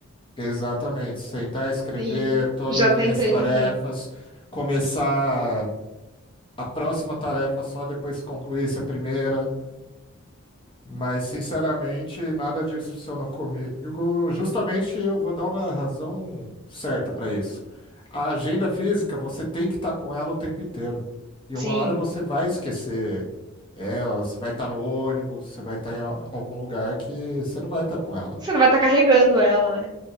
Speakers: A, on the left; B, on the right.
A: exatamente, sentar, escrever
B: Sim,
A: todas
B: já tentei
A: as minhas tarefas,
B: também.
A: começar a próxima tarefa só depois que concluísse a primeira. Mas, sinceramente, nada disso funcionou comigo. Justamente eu vou dar uma razão certa para isso. A agenda física, você tem que estar com ela o tempo inteiro. E
B: Sim.
A: uma hora você vai esquecer ela, você vai estar no ônibus, você vai estar em a- algum lugar que você não vai estar com ela.
B: Você não vai estar tá carregando ela, né?